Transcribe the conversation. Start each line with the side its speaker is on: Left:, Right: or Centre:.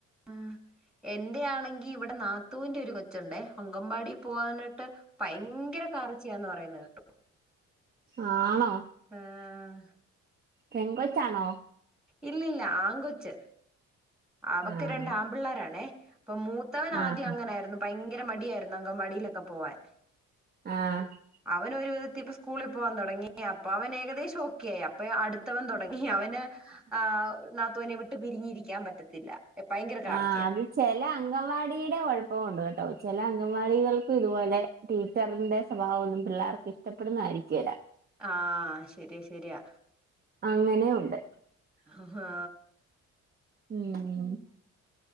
Centre: മ് എന്റെ ആണെങ്കി ഇവിടെ നാ ത്തൂന്റെ ഒരു കൊച്ചുണ്ടേ അങ്കമ്പാടി പോവാനായിട്ട് ഭയങ്കര കാറിച്ചിയാന്ന് പറയുന്നെ കേട്ടു
Right: ആഹ് ആണോ?
Centre: ആഹ്
Right: പെങ്കൊച്ചാണോ
Centre: ഇല്ല ഇല്ല ആൺ കൊച്ച് അവക്ക്
Right: ആഹ്
Centre: രണ്ട് ആൺപിള്ളേരാണേ ഇപ്പൊ മൂത്തവൻ ആദ്യം
Right: ആഹ്
Centre: അങ്ങനെയായിരുന്നു ഭയ ങ്കര മടിയായിരുന്നു അങ്കംവാടിയിലൊക്കെ പോവാൻ
Right: ആഹ്
Centre: അവനൊരു ത്തിപ്പ സ്കൂളിൽ പോകാൻ തുടങ്ങി അപ്പൊ അവൻ ഏകദേശം ഓക്കെയായി അപ്പ അടുത്തവൻ തുടങ്ങി അവന് ആ നാതൂനെ വി പിരിഞ്ഞിയിരിക്കാൻ പറ്റത്തില്ല ഭയങ്കര കാർജിയ
Right: ആ അത് ചെല അംഗവാടിയുടെ കൊഴപ്പം ഉണ്ട് കേട്ടോ ചെല അംഗവാടികൾക്കും ഇതുപോലെ ടീച്ചറിന്റെ സ്വഭാവം ഒന്നും പിള്ളേർക്ക് ഇഷ്ടപ്പെടുന്നതായിരിക്കേല
Centre: ആ ശരിയ ശരിയാ
Right: അങ്ങനെയുണ്ട്
Centre: ഹ ഹാ
Right: ഉം
Centre: മ്